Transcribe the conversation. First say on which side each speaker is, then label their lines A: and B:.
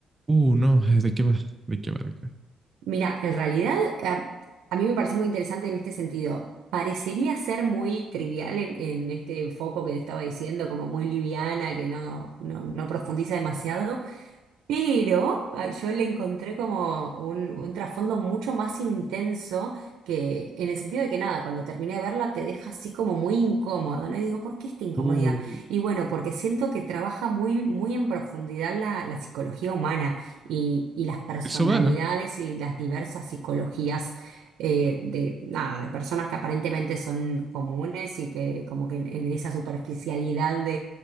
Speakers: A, on the right; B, on the right.
A: Uh, no, ay, ¿de qué va? ¿De qué va? ¿De qué va?
B: Mira, en realidad a, a mí me pareció muy interesante en este sentido. Parecería ser muy trivial en, en este foco que te estaba diciendo, como muy liviana, que no, no, no profundiza demasiado, Pero ah, yo le encontré como un, un trasfondo mucho más intenso que en el sentido de que nada, cuando terminé de verla te deja así como muy incómodo, ¿no? Y digo, ¿por qué esta incomodidad?
A: Uh,
B: Y bueno, porque siento que trabaja muy, muy en profundidad la, la psicología humana y, y las personalidades
A: eso va.
B: y las diversas psicologías eh, de, nada, de personas que aparentemente son comunes y que como que en en esa superficialidad